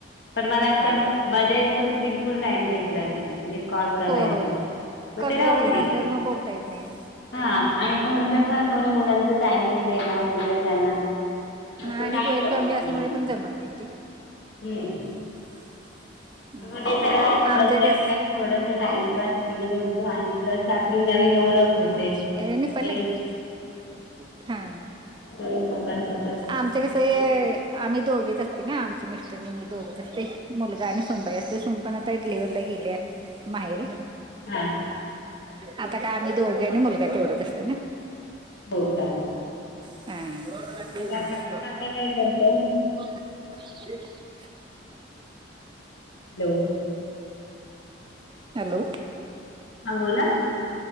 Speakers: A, on the left; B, on the right.
A: पण मला अस
B: हा
A: मध्ये बिलकुल टाईम भेटल नाही. म्हणजे कॉल करायला
B: हो हो
A: मग
B: कस्टमर
A: ते राहून
B: वगैरे
A: गेले.
B: असल्यावर मग बोलता येत नाही
A: हा आणि घरी कसं दोन मुलांच टायमिंग देणं वगैरे त्यांना मग
B: हा
A: ते
B: आणि
A: नाही
B: जॉईंट
A: जमत
B: फॅमिली असल्यामुळे
A: नाहीये,
B: पण जमत नाही होती
A: हम्म
B: <unintelligible>
A: <unintelligible> थोडस
B: आमचे कस
A: टाईमपास वैगेरे होतो आणि प्लस आपली नवीन ओळख होते.
B: <unintelligible>
A: नवीन
B: हा.
A: काही लोकांसोबत
B: आमच कस आम्ही दोघच असतो ना आमचे मिस्टर आणि मी दोघच असतोय. मुलगा आणि सोनबाई असते सून पण आता डिलिव्हरी गेल्या माहेरी.
A: हा
B: आता काय आम्ही दोघे आणि मुलगा तेवढत असतोय ना.
A: हो का
B: हा
A: मग काका काका काय करता? हॅलो
B: हॅलो
A: हां बोला